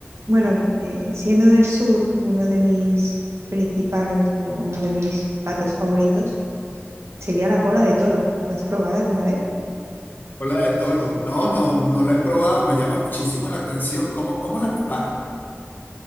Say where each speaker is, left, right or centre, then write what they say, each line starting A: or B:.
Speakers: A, on the right; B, on the left.
A: bueno, eh, siendo del sur, uno de mis principales o uno de mis platos favoritos sería la cola de toro. ¿La has probado alguna vez?
B: Cola de toro. No, no, no la he probado, me llama muchísimo la atención. ¿Cómo, cómo la preparan?